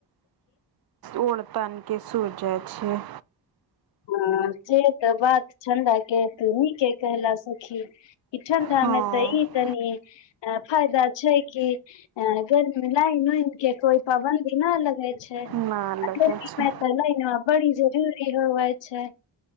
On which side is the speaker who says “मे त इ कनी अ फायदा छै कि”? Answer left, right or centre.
Left